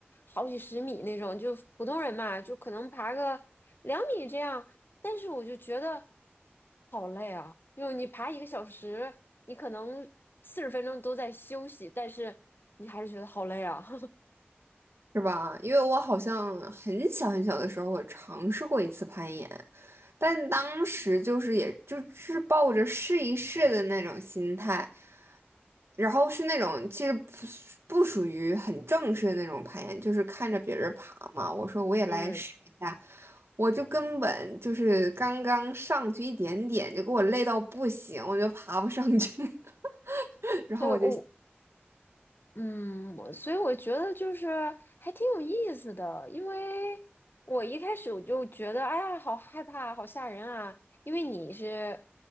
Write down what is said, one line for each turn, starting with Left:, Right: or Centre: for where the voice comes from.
Left: 好几十米那种，就普通人嘛，就可能爬个两米这样。但是我就觉得好累啊，就你爬一个小时，你可能四十分钟都在休息，但是你还是觉得好累啊。<laughs>
Right: 是吧？因为我好像很小很小的时候，我尝试过一次攀岩，但当时就是也就是抱着试一试的那种心态，然后是那种其实不属不属于很正式的那种攀岩，就是看着别人爬嘛，我说我也来试一下，
Left: 嗯，
Right: 我就根本就是刚刚上去一点点，就给我累到不行，我就爬不上去，<laughs> 然后我就
Left: 对，我嗯，我所以我觉得就是还挺有意思的，因为我一开始我就觉得，哎呀，好害怕，好吓人啊！因为你是